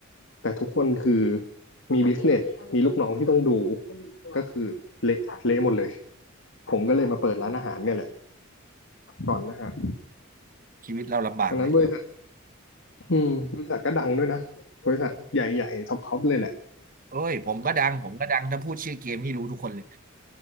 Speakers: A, on the left; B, on the right.
A: แต่ทุกคนคือมีบิสเนสมีลูกน้องที่ต้องดูก็คือเละเละหมดเลย ผมก็เลยมาเปิดร้านอาหารเนี่ยแหละก่อนนะฮะ
B: ชีวิตเราลำบากเลย
A: ดังนั้นบริษัทอืมบริษัทก็ดังด้วยนะบริษัทใหญ่ๆท็อปๆเลยแหละ
B: เอ้ยผมก็ดังผมก็ดัง ถ้าพูดชื่อเกมนี่รู้ทุกคนเลย